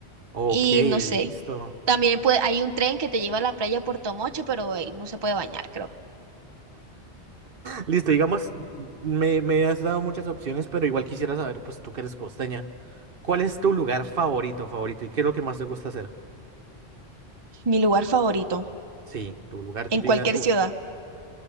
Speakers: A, on the right; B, on the right.
A: Ok,
B: Y no sé.
A: listo.
B: También puede, hay un tren que te lleva a la playa Puerto Mocho, pero ahí no se puede bañar, creo.
A: Listo, digamos, me, me has dado muchas opciones, pero igual quisiera saber, pues tú que eres costeña, ¿cuál es tu lugar favorito, favorito? ¿Y qué es lo que más te gusta hacer?
B: Mi lugar favorito,
A: Sí, tu lugar
B: en
A: que tú
B: cualquier
A: digas, uff,
B: ciudad.